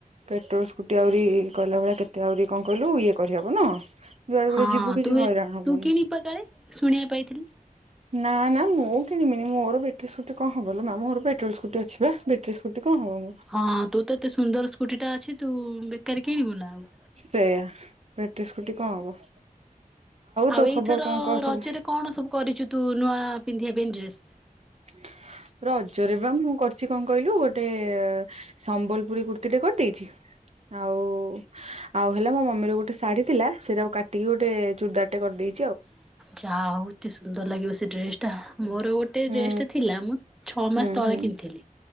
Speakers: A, on the right; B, in the centre.
A: ପେଟ୍ରୋଲ ସ୍କୁଟି ଆହୁରି କହିଲା ଭଳିଆ କେତେ ଆହୁରି କଣ କହିଲୁ ଇଏ କରିହବ ନୁହଁ। ଯୁଆଡେ
B: ହଁ
A: ଗୋଟେ ଯିବୁ କିଛି
B: ତୁ
A: ହଇରାଣ ହବୁନି।
B: ତୁ କିଣିପା କାଳେ ଶୁଣିବା ପାଇଥିଲି।
A: ନାଁ ନାଁ ମୁଁ କିଣିବିନି ମୋର ବେଟ୍ ବେଟ୍ରୀ ସ୍କୁଟି କଣ ହବଲୋ ମା ମୋର ପେଟ୍ରୋଲ ସ୍କୁଟି ଅଛି ଵେଟ୍ରି ସ୍କୁଟି କଣହବ ମୋ
B: ହଁ ତୁ ତ ଏତେ ସୁନ୍ଦର ସ୍କୁଟିଟା ଅଛି ତୁ ବେକାର କିଣିବୁ ନା ଆଉ
A: ସେଇୟା ବ୍ୟାଟେରୀ ସ୍କୁଟି କଣ ହବ? ତୋ
B: ଆଉ ଏଇଥର
A: ଖବର କଣ କହ
B: ରଜରେ
A: ସବୁ?
B: କଣ ସବୁ କରିଛୁ ତୁ ନୂଆ ପିନ୍ଧିବା ପାଇଁ ଡ୍ରେସ୍?
A: ହ ରଜରେ ବା ମୁଁ କରିଛି କଣ କହିଲୁ ଗୋଟେ ସମ୍ବଲପୁରୀ କୁର୍ତ୍ତୀଟେ କରିଦେଇଛି। ଆଉ ଆଉ ହେଲା ମୋ ମମୀର ଗୋଟେ ଶାଢ଼ୀ ଥିଲା ସେରାକୁ କାଟିକି ଗୋଟେ ଚୁଡ଼ିଦାରଟେ କରିଦେଇ
B: ଯାହା ହଉ ଏତେ ସୁନ୍ଦର ଲାଗିବ ସେ ଡ୍ରେସ୍ ଟା ମୋର ଗୋଟେ
A: ହୁଁ
B: ଡ୍ରେସ୍ ଟେ ଥିଲା ମୁଁ ଛଅ
A: ହୁଁ
B: ମାସ ତଳେ
A: ହୁଁ
B: କିଣିଥିଲି।